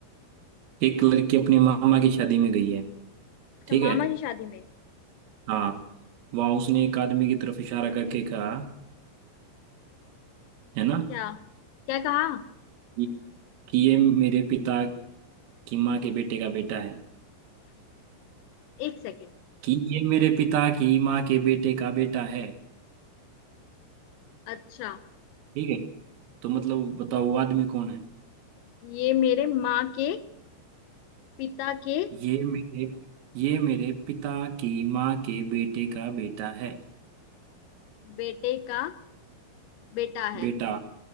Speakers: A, on the right; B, on the left.
A: एक लड़की अपनी मामा की शादी में गई है
B: अच्छा
A: ठीक
B: मामा
A: है
B: की शादी में
A: हाँ वहाँ उसने एक आदमी की तरफ इशारा करके कहा है ना
B: क्या क्या कहा
A: कि कि ये मेरे पिता की माँ के बेटे का बेटा है
B: एक सेकेंड
A: कि ये मेरे पिता की माँ के बेटे का बेटा है
B: अच्छा
A: ठीक है तो मतलब बताओ वो आदमी कौन है
B: ये मेरे माँ के पिता के
A: ये मेरे ये मेरे पिता की माँ के बेटे का बेटा है
B: बेटे का बेटा है
A: बेटा